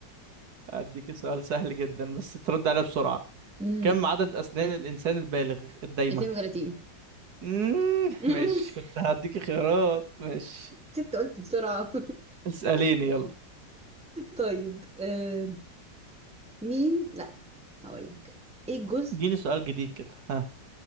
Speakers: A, on the right; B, in the centre.
A: اديك سؤال سهل جدا بس ترد عليها بسرعة
B: امم
A: كم عدد أسنان الإنسان البالغ الدايمة
B: 32
A: مم،
B: <laughs>
A: ماشي كنت هديك خيارات ماشي
B: كنت قلت بسرعة
A: اسأليني يلا
B: <laughs> طيب آه مين لا هقول لك ايه الجزء
A: اديني سؤال جديد كده ها